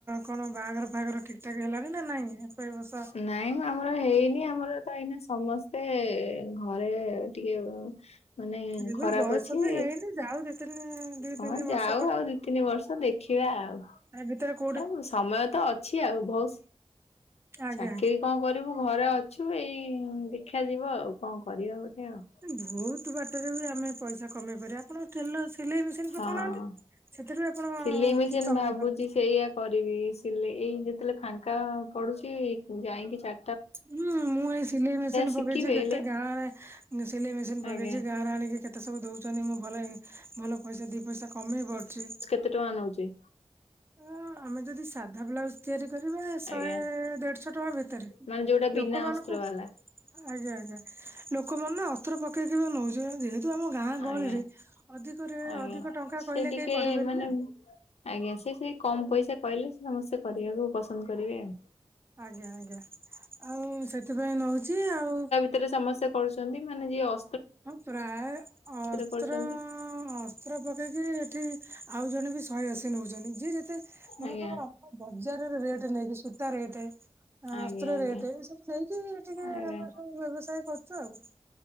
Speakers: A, on the right; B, on the left.
A: କଣ ବାହାଘର ଫାହାଘର ଠିକ ଠାକ ହେଲାଣିି ନା ନାଇଁ ଏପାଇ ଏବସ
B: ନାଇଁ ମ ଆମର ହେଇନି ଆମର ତ ଏଇନା ସମସ୍ତେ ଘରେ ଟିକେ ମାନେ
A: ଏବେ
B: ଖରାପ
A: ବୟସ
B: ଅଛି,
A: ବି ହେଇନି ଯାଉ ଦି ତିନି ଦି
B: ହଁ
A: ତିନି ବର୍ଷ
B: ଯାଉ ଆଉ ଦି ତିନି ବର୍ଷ ଦେଖି ଦେଖିବା ଆଉ।
A: ଏ ଭିତରେ କୋ
B: ଆଉ ସମୟ ତ ଅଛି ଆଉ ବହୁତ,
A: ଆଜ୍ଞା
B: ଚାକିରୀ କଣ କରିବୁ ଘରେ ଅଛୁ ଏଇ ଦେଖା ଯିବ ଆଉ କଣ କରିଆ ଗୋଟେ ଆଉ।
A: ଭଉତ ବାଟରେ ବି ଆମେ ପଇସା କମେଇ ପାରିବେ ଆପଣ ଟ୍ରେଲର ସିଲେଇ ମେସିନ
B: ହଁ।
A: ପକଉନାହାନ୍ତି ସେଥିରୁ ଆପଣ
B: ସିଲେଇ ମେସିନ୍
A: କିଛି କମେଇ
B: ଭାବୁଛି
A: ପାରିବେ।
B: ସେଇଆ କରିବି ସିଲେଇ ଏଇ ଯେତେବେଳେ ଫାଙ୍କା ପଡୁଚି ଯାଇଁକି ଚା
A: ହୁଁ ମୁଁ ଏଇ ସିଲେଇ ମେସିନ
B: ଶିଖିବି
A: ପକେଇଚି କେତେ
B: ହେଲେ
A: ଗାଁରେ ସିଲେଇ ମେସିନ ପକେଇଚି
B: ଆଜ୍ଞା
A: ଗାଁରେ ଆଣିକି କେତେ ଏତେ ସବୁ ଦଉଚନ୍ତି ମୁଁ ଭଲ ଭଲ ପଇସା ଦି ପଇସା କମେଇ ପରୁଚି।
B: ଏତେ ଟଙ୍କା ନେଉଚି।
A: ଆ ଆମେ ଯଦି ସାଧା ବ୍ଲାଉଜ ତିଆରି କରିବା ଶହେ
B: ଆଜ୍ଞା।
A: ଦେଢଶହ ଟଙ୍କା ଭିତରେ,
B: ମାନେ ଯୋଉଟା ବିନା
A: ଲୋକମାନଙ୍କୁ
B: ଅସ୍ତ୍ର ବାଲା
A: ଆଜ୍ଞା ଆଜ୍ଞା ଲୋକମାନେ ନା ଅସ୍ତ୍ର ପକେଇକିନା ନଉସନ୍ତି ଯେ କିନ୍ତୁ ଆମ ଗାଁ ଗହଳିରେ
B: ଆଜ୍ଞା
A: ଅଧିକରେ
B: ଆଜ୍ଞା
A: ଅଧିକ ଟଙ୍କା
B: ସେ
A: କହିଲେ
B: ଟିକେ
A: କେହି କରିବେନି
B: ମାନେ
A: ନା।
B: ଆଜ୍ଞା ସେଇଥିପାଇଁ କମ ପଇସା କହିଲେ ସେ ସମସ୍ତେ କରିଆକୁ ପସନ୍ଦ କରିବେ ଆଉ।
A: ଆଜ୍ଞା ଆଜ୍ଞା, ଆଉ ସେଥିପାଇଁ ନଉଚି ଆଉ
B: ତିରେ ସମସ୍ତେ କରୁଚନ୍ତି ମାନେ ଯିଏ ଅ
A: ହଁ ପ୍ରାୟ, ଅସ୍ତ୍ର
B: କରୁଛନ୍ତି?
A: ଅ ଅ ଅସ୍ତ୍ର ପକେଇକି ଏଠି, ଆଉ ଜଣେ ବି ଶହେ ଅସି ନଉଚନ୍ତି ଯିଏ ଯେତେ ମନେକର
B: ଆଜ୍ଞା
A: ବଜାରରେ ରେଟ୍ ନେଇକି, ସୂତା ରେଟ୍ ଆଁ
B: ଆଜ୍ଞା
A: ଅସ୍ତ୍ର
B: ଆଜ୍ଞା
A: ରେଟ୍ ଏ ସବୁ ନେଇକି ଟିକେ
B: ଆଜ୍ଞା।
A: ଆମର ସବୁ ବ୍ୟବସାୟ କରୁଚୁ ଆଉ।